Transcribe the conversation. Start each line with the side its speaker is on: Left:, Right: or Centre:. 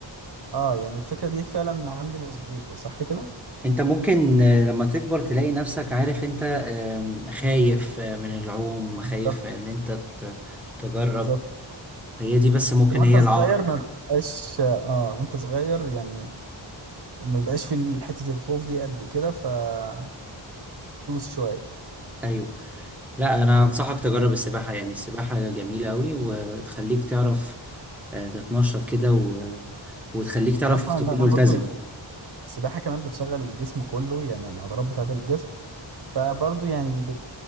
Right: اه يعني الفكره دي فعلا عندي مظبوطه صح كده
Centre: انت ممكن آه، لما تكبر تلاقي نفسك عارف انت آم، خايف آه، من العوم خايف
Right: بالظبط.
Centre: ان انت ت- تجرب
Right: بالظبط
Centre: هي دي بس ممكن
Right: وانت
Centre: هي
Right: طفل
Centre: العائق
Right: صغير ما بقاش اه وانت صغير يعني ما بقاش في حتة الخوف دي قد كده فبتدوس شوية
Centre: ايوه لا انا
Right: مم.
Centre: انصحك تجرب السباحه يعني السباحه جميله قوي وتخليك تعرف آه، تتنشط كده و... وتخليك تعرف
Right: انا اسمع
Centre: تكون
Right: انها
Centre: ملتزم
Right: برضو السباحة كمان بتشغل الجسم كله يعني العضلات بتاعة الجسم فبرضو يعني بت